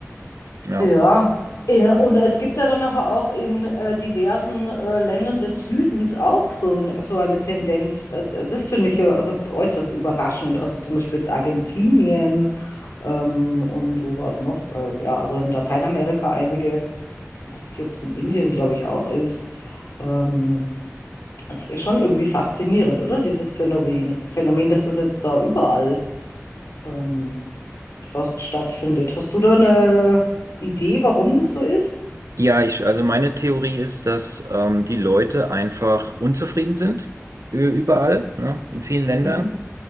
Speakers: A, on the right (about 75°); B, on the left (about 75°).
A: ja.
B: Ja. In, und es gibt ja dann aber auch in äh, diversen äh, Ländern des Südens auch so, ein, so eine Tendenz. Äh, das finde ich ja also äußerst überraschend. Also zum Beispiel jetzt Argentinien ähm, und wo war es noch? Äh, ja, also in Lateinamerika einige. Ich weiß nicht, ob es in Indien, glaube ich, auch ist. Ähm, Es ist schon irgendwie faszinierend, oder? Dieses Phänomen. Phänomen, dass das jetzt da überall ähm, fast stattfindet. Hast du da eine Idee, warum das so ist?
A: Ja, ich, also meine Theorie ist, dass ähm, die Leute einfach unzufrieden sind, ü- überall, ne? In vielen Ländern
B: Mhm,